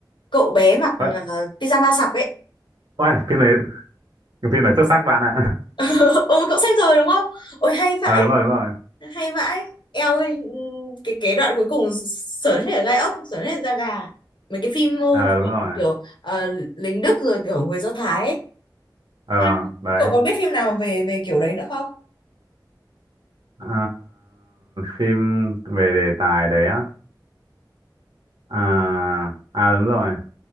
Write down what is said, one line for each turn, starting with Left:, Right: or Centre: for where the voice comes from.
Left: cậu bé mặc
Right: Ôi,
Left: ờ, pyjama sọc ấy.
Right: ôi phim này phim này xuất sắc bạn ạ
Left: <laughs> ừ, cậu xem rồi đúng không? Ôi
Right: <laughs>
Left: hay vãi.
Right: ờ đúng rồi đúng rồi
Left: hay vãi eo ơi ừm, cái cái đoạn cuối cùng sởn hết cả gai ốc sởn hết da gà mấy cái phim mô-
Right: ờ đúng rồi
Left: kiểu ờ, lính Đức rồi kiểu người Do Thái ấy.
Right: ờ
Left: Ha.
Right: đấy
Left: cậu còn biết phim nào về về kiểu đấy nữa không
Right: Ờ, phim về đề tài đấy á à à đúng rồi